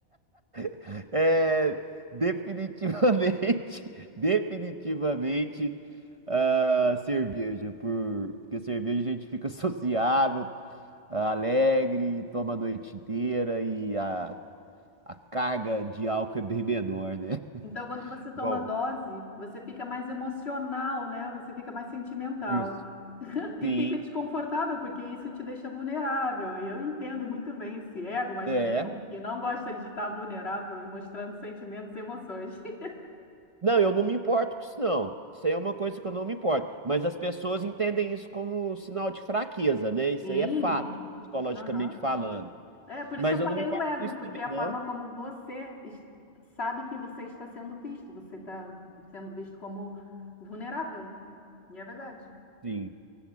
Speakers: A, on the right; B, on the left.
A: <laughs> é, definitivamente, <laughs> definitivamente, ah, cerveja. Por, porque cerveja a gente fica <laughs> sociável, ah, alegre, toma a noite inteira e a a carga de álcool é bem menor, né?
B: Então, quando você toma
A: Bom,
B: dose, você fica mais emocional, né? Você fica mais sentimental.
A: Isso.
B: E
A: Sim,
B: fica desconfortável, porque isso te deixa vulnerável. E eu entendo muito bem esse ego masculino
A: é.
B: que não gosta de estar vulnerável e mostrando sentimentos e emoções. <laughs>
A: Não, eu não me importo com isso, não. Isso aí é uma coisa que eu não me importo. Mas as pessoas entendem isso como um sinal de fraqueza, né? Isso
B: Sim,
A: aí é fato, psicologicamente
B: aham.
A: falando.
B: É, por
A: Mas
B: isso eu falei
A: eu não me importo
B: o ego,
A: com isso
B: porque
A: também,
B: é a
A: não.
B: forma como você es- sabe que você está sendo visto. Você está sendo visto como vulnerável. E é verdade.
A: Sim.